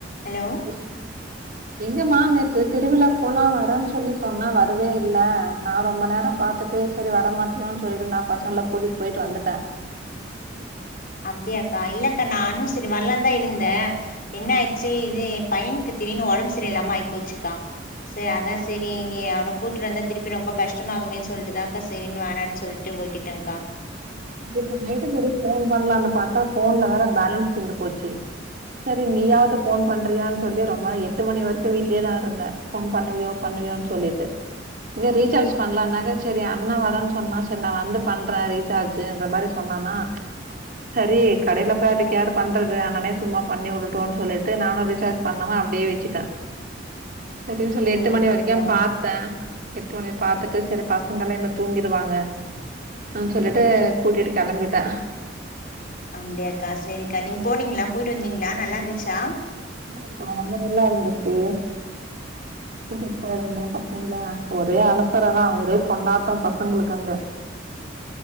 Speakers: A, on the left; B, on the right.
A: hello
B: hello எங்கமா நேத்து திருவிழா போலா வரேன் சொல்லி சொன்ன வரவே இல்ல நா ரொம்ப நேரொ பாத் பத்துட்டு சரி வர மாட்டியோன்னு சொல்லிட்டு நா பசங்கள கூட்டிட்டு போயிட்டு வந்துட்டே
A: அப்டியாக்கா இல்லக்கா நானு சரி வரலான்தா இருந்தே என்ன ஆயிச்சு இது எ பையனுக்கு திடீர்னு ஒடம்பு சரியில்லாம ஆயி போச்சுக்கா சே அதா சரி நீ அவன கூட்டிட்டு வந்தா திரு ப்பி ரொம்ப கஷ்டமாகுமேன்னு சொல்ட்டுதாக்கா சரினு வேணான்னு சொல்ட்டு விட்டுட்டேன்கா
B: அ இப்ப நைட்டு செரி ஃபோன் பண்லான்னு பாத்தா ஃபோன்ல வேற பேலன்ஸ் தீந்து போச்சு சரி நீயாது ஃபோன் பண்றியான்னு சொல்லி ரொம்ப எட்டு மணி வரக்கோ வீ்ட்லயேதா இருந்தே ஃபோன் பண்ணுவியோ பண்ணுவியோன்னு சொல்லிட்டு இதா ரீசார்ஜ் பண்ணலானாக்கா சரி அண்ணா வரேன்னு சொன்னா சரி நா வந்து பண்றே ரீசார்ஜ் ஜீன்ற மாரி சொன்னானா சரி கடைல போய் அதுக்கு யாரு பண்றது அண்ணனே சும்மா பண்ணி உடுட்டூனு சொல்லிட்டு நானு ரீசார்ஜ் பண்ணாம அப்டியே வச்சுட்டே சரின்னு சொல்லி
A: ஓ
B: எட்டு மணி
A: ஓகேக்கா
B: வரைக்கு பாத் தே எட்டு மணி பாத்துட்டு செரி பசங்களா இன்மே தூங்கிடுவாங்க அ சொல்லிட்டு கூட்டிட்டு கெளம்பிட்டே
A: அப்டியாக்கா செரிக்கா நீங்க போனீங்ளா போயிட்டு வந்தீங்களா நல்லார்ந்துச்சா
B: ஆமாப்பா ரொம்ப நல்லா இருந்துச்சு கூட்டிட்டு போயிருந்தே பசங்கள ஒரே அலப்பறதா ஒரே கொண்டாட்டொ பசங்களுக்கு அங்க